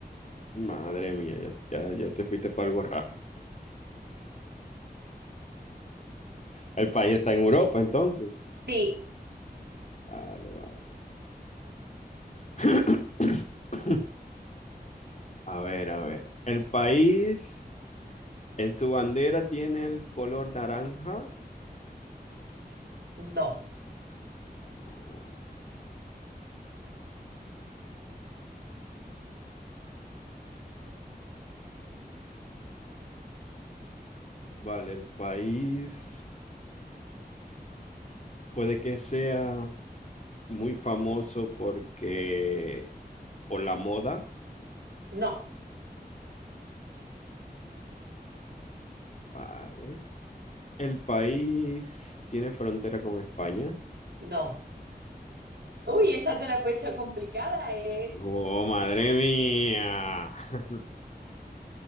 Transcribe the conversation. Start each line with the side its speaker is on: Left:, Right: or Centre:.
Left: Madre mía, ya, ya, ya te fuiste para algo raro. El país está en Europa, entonces.
Right: Sí,
Left: Vale, vale, vale. <clears throat> A ver, a ver. El país en su bandera tiene el color naranja.
Right: no,
Left: Oh, Vale, el país puede que sea muy famoso porque por la moda.
Right: no,
Left: Vale. El país tiene frontera con España.
Right: no. Uy, esta te la he puesto complicada, ¿eh?
Left: Oh, madre mía. <laughs>